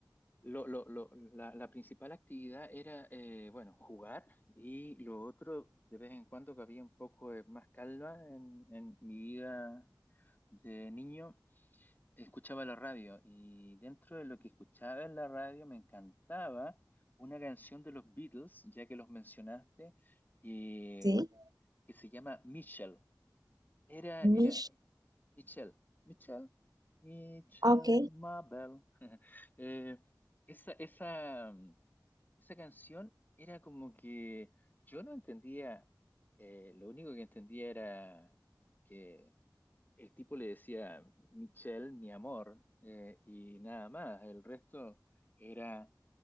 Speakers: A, on the left; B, on the right.
A: Lo, lo, lo- la, la principal actividad era, eh, bueno, jugar y lo otro, de vez en cuando que había un poco de más calma en, en mi vida de niño, escuchaba la radio y dentro de lo que escuchaba en la radio me encantaba una canción de los Beatles, ya que los mencionaste, eh,
B: Sí,
A: que se llama Michelle. Era,
B: Mish,
A: era, Michelle, Michelle, Michelle
B: ah, ok,
A: Mabel. <laughs> Eh, esa, esa, mm, esa canción era como que yo no entendía, eh, lo único que entendía era que el tipo le decía Michelle, mi amor, eh, y nada más. El resto era